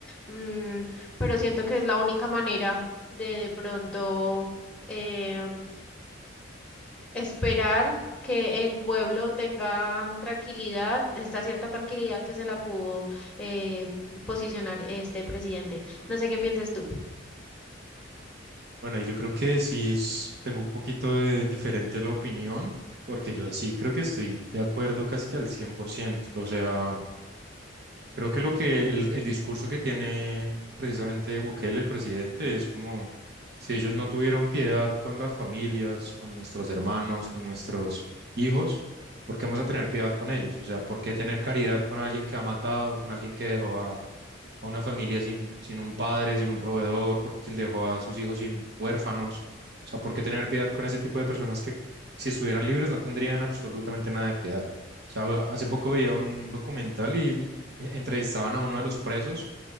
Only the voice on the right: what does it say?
Bueno, y yo creo que sí es- tengo un poquito de diferente la opinión, porque yo sí creo que estoy de acuerdo casi que al 100%. O sea... Creo que lo que el, el discurso que tiene precisamente Bukele, el presidente, es como si ellos no tuvieron piedad con las familias, con nuestros hermanos, con nuestros hijos, ¿por qué vamos a tener piedad con ellos? O sea, ¿por qué tener caridad con alguien que ha matado, con alguien que dejó a a una familia sin, sin un padre, sin un proveedor, por quien dejó a sus hijos sin huérfanos. O sea, ¿por qué tener piedad con ese tipo de personas que si estuvieran libres no tendrían absolutamente nada de piedad? O sea, hace poco veía un documental y l- entrevistaban a uno de los presos